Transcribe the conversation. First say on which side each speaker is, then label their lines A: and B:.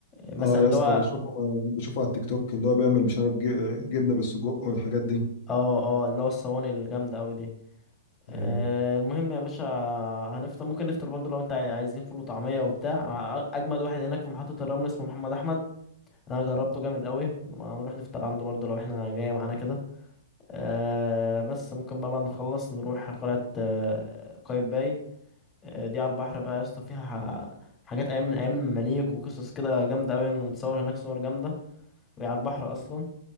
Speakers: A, on the left; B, on the left.
A: مثلا
B: اه يا
A: اللي
B: اسطى
A: هو
B: بشوفه بشوفه على التيك توك اللي هو بيعمل مش عارف جي- جبنة بالسجق والحاجات دي
A: اه اه اللي هو الصواني الجامده قوي دي آه
B: ايوه
A: المهم يا باشا هنفطر ممكن نفطر برضه لو انت عاي- عايزين فول وطعميه وبتاع آه، اجمد واحد هناك في محطه الرمل اسمه محمد احمد انا جربته جامد قوي هنروح نفطر عنده برضه لو احنا جايه معانا كده آه بس ممكن بقى بعد ما نخلص نروح قلعه آه، قايتباي آه، دي على البحر بقى يا اسطى فيها ح- حاجات ايام من ايام المماليك وقصص كده جامده قوي نصور هناك صور جامده وهي على البحر اصلا